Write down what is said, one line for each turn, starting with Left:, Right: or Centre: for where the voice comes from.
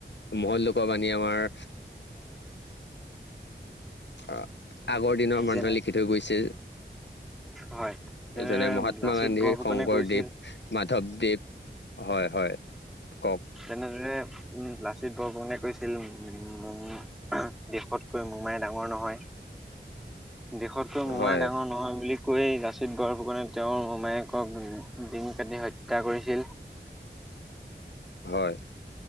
Left: মহৎলোকৰ বাণী আমাৰ আ-আগৰ দিনৰ মানুহে
Centre: যেনে
Left: লিখি থৈ গৈছে।
Centre: হয় তেনেদৰে
Left: যেনে, মহাত্মা
Centre: লাচিত
Left: গান্ধীৰ,
Centre: বৰফুকনে
Left: শংকৰদেৱ,
Centre: কৈছিল
Left: মাধৱদেৱ। হয় হয়। কওক
Centre: তেনেদৰে উম, লাচিত বৰফুকনে কৈছিল মোম- দেশত কৈ মোমাই ডাঙৰ নহয়। দেশতকৈ মোমাই
Left: হয়
Centre: ডাঙৰ নহয় বুলি কৈ লাচিত বৰফুকনে তেওঁৰ মমায়েকক ডিঙি কাটি হত্যা কৰিছিল।
Left: <inaudible> হয়।